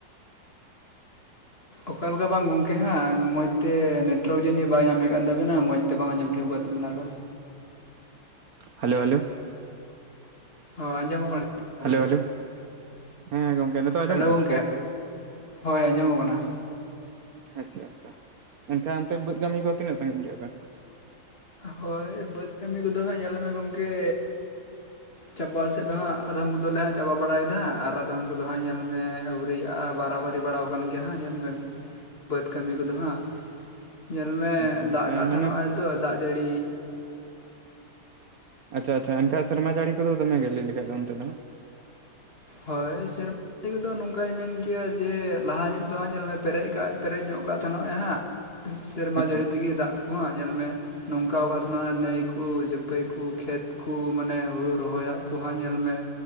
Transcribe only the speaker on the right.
Hello hello.
ᱦᱮᱞᱳ ᱦᱮᱞᱳ ᱦᱮᱸ ᱜᱚᱝᱠᱮ ᱱᱤᱛᱚᱜ ᱟᱸᱡᱚᱢᱚᱜ
ᱠᱟᱱᱟ
ᱟᱪᱪᱷᱟ ᱟᱪᱪᱷᱟ ᱮᱱᱠᱷᱟᱱ ᱚᱱᱛᱮ ᱵᱟᱹᱫᱽ ᱠᱟᱹᱢᱤ ᱠᱚ ᱛᱤᱱᱟᱹᱜ ᱥᱟᱺᱜᱤᱧ ᱠᱮᱜᱼᱟ ᱯᱮ?
<unintelligible>
ᱟᱪᱪᱷᱟ
ᱟᱪᱪᱷᱟ
ᱢᱟᱱᱮ
ᱟᱪᱪᱷᱟ ᱟᱪᱪᱷᱟ ᱮᱱᱠᱷᱟᱡ ᱥᱮᱨᱢᱟ ᱡᱟᱹᱲᱤ ᱠᱚᱫᱚ ᱫᱚᱢᱮ ᱜᱮ ᱞᱟᱹᱭ ᱠᱟᱠᱷᱟᱡ ᱫᱚ ᱚᱱᱛᱮ ᱫᱚ ᱦᱟᱸᱜ ᱾
ᱟᱪᱪᱷᱟ